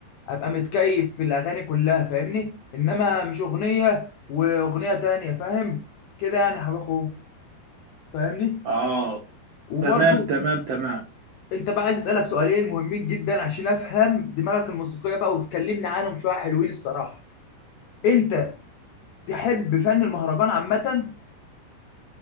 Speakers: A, on the left (about 80°); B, on the right (about 80°).
A: ابقى متكيف في الاغاني كلها فاهمني انما مش اغنيه واغنيه تانية فاهم كده يعني يا حبيب اخوه فاهمني
B: اه
A: وبرضو
B: تمام تمام تمام
A: انت بقى عايز اسالك سؤالين مهمين جدا عشان افهم دماغك الموسيقيه بقى وتكلمني عنهم شويه حلوين الصراحه انت تحب فن المهرجان عامه